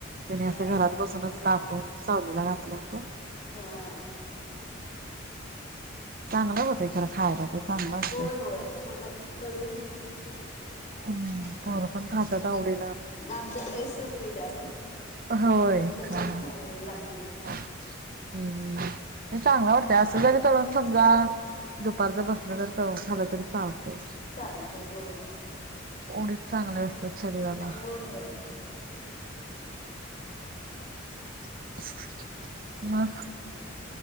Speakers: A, on the right; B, on the left.
A: त्यानी
B: हा
A: असं घरात बसूनच लाटून सावलीला घात <unintelligible>
B: हा.
A: चांगल होतयं खर खायला ते चांगलं असतंय
B: होय होय छान लागते तळवून हे करून छान लागते.
A: हम्म पोरं पण खातात आवडी
B: आमचा टेस्ट असते जास्त
A: होय
B: तसलच
A: हा
B: खायला लागते.
A: हम्म चांगलं वाटतंय असं जरी तळुन समजा दुपारदा बसलं जर झालं तरी चालतय
B: चालतंय होय
A: उडीद चांगले असतात शरीराला
B: होय होय
A: <unintelligible>